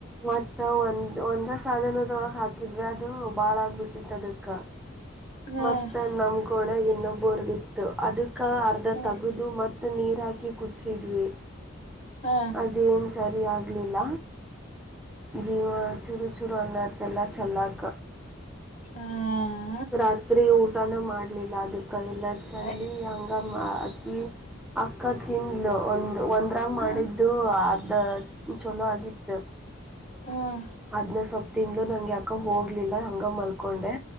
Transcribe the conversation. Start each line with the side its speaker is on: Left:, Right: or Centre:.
Centre: ಮತ್ತ ಒಂದ್ ಒಂದ ಸಾಧನದೊಳಗ್ ಹಾಕಿದ್ವಿ ಅದು ಬಾಳ ಆಗ್ಬಿಟ್ಟಿತ್ತು ಅದಕ್ಕ
Left: ಹ
Centre: ಮತ್ತ ನಮ್ಗ ಒಣಗೆ ಇನ್ನೊಬ್ಬರ್ದಿತ್ತು ಅದಕ್ಕ ಅರ್ಧ
Left: ಹ
Centre: ತಗದು ಮ ನೀರ ಹಾಕಿ ಕುದಿಸಿದ್ವಿ
Left: ಹ
Centre: ಅ ಇದೇನು ಸರಿ ಆಗಲಿಲ್ಲ ಜೀವ ಚೂರು ಚೂರು ಅನ್ನೋತ್ತೆಲ್ಲ ಚೆಲ್ಲಾಕ
Left: ಹ
Centre: ರಾತ್ರಿ ಊಟನ ಮಾಡ್ಲಿಲ್ಲ ಅದ ಅಕ್ಕ ಎಲ್ಲ ಚಲ್ಲಿ
Left: ಹ
Centre: ಹಂಗ ಅಕಿ ಅಕ್ಕ ತಿಂದ್ಲು ಒಂದು ಒಂದರಾಗ
Left: ಹ
Centre: ಮಾಡಿದ್ದು ಅದು ಚಲೋ ಆಗಿತ್ತು
Left: ಹ
Centre: ಅದ್ನ ಸ್ವಪ್ ತಿಂದ್ಲು ನಂಗೆ ಯಾಕೋ ಹೋಗ್ಲಿಲ್ಲ ಹಂಗ ಮಲ್ಕೊಂಡೆ,